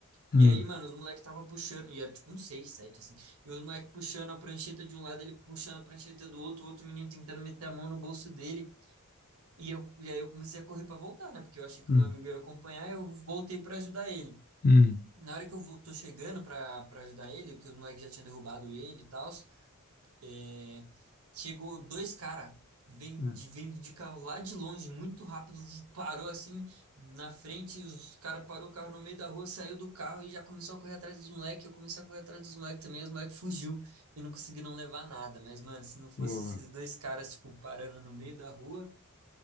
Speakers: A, on the left (about 40°); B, on the right (about 70°).
A: ah,
B: E aí, mano, os moleques tava puxando, e era tipo um 6, 7 assim, e os moleques puxando a prancheta de um lado, ele puxando a prancheta do outro, o outro menino tentando meter a mão no bolso dele, e, eu, e aí eu comecei a correr pra voltar, né, porque eu achei que
A: ah,
B: o meu amigo ia acompanhar, eu voltei pra ajudar ele.
A: hum.
B: Na hora que eu vou, tô chegando pra, pra ajudar ele, que os moleques já tinham derrubado ele e tal, é, chegou dois caras vindo
A: Ah,
B: de, vindo de carro lá de longe, muito rápido, parou assim na frente, os caras parou o carro no meio da rua, saiu do carro e já começou a correr atrás dos moleques. Eu comecei a correr atrás dos moleques também, os moleques fugiu e não conseguiram levar nada. Mas, mano, se não fosse
A: boa.
B: esses dois caras, tipo, parando no meio da rua,